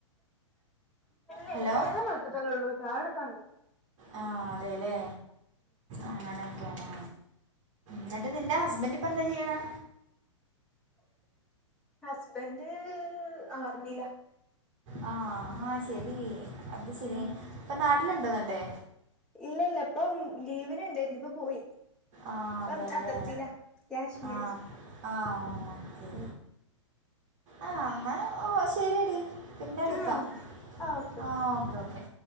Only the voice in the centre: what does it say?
<unintelligible>
നേരം വെളുത്തിട്ട്ല്ലേ ള്ളു ചായ <unintelligible>
ഹസ്ബൻഡ് ആർമിയിലാ
ഉം
ഇല്ല ല്ല പ്പം ലീവിന് ണ്ടായിര്ന്നു ഇപ്പം പോയി
ഇപ്പം
അതിർത്തിയിലാ കാശ്മീര്
ഉം
ആഹ് ആഹ് ഓക്കെ
ഓക്കെ